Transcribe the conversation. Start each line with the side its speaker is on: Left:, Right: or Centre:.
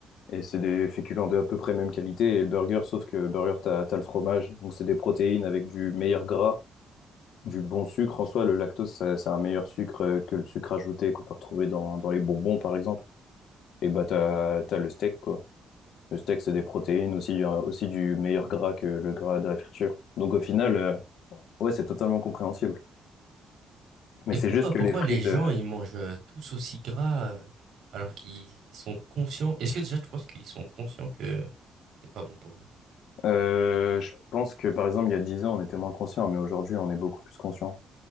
Left: Et c'est des féculents de à peu près même qualité. Et le burger, sauf que burger, t'as, t'as le fromage. Donc, c'est des protéines avec du meilleur gras. Du bon sucre, en soi, le lactose, ça- c'est un meilleur sucre euh, que le sucre ajouté qu'on peut retrouver dans, dans les bonbons, par exemple. Et bah, t'as, t'as le steak, quoi. Le steak, c'est des protéines, aussi, euh, aussi du meilleur gras que le gras de la friture. Donc, au final, euh, ouais, c'est totalement compréhensible. Mais
Right: Et
Left: c'est
Right: pour
Left: juste
Right: toi, pourquoi
Left: que les frites,
Right: les gens,
Left: euh,
Right: ils mangent euh, tous aussi gras euh, alors qu'ils sont conscients? Est-ce que déjà tu penses qu'ils sont conscients que c'est pas bon pour nous?
Left: euh, je pense que, par exemple, il y a 10 ans, on était moins conscient mais aujourd'hui, on est beaucoup plus conscient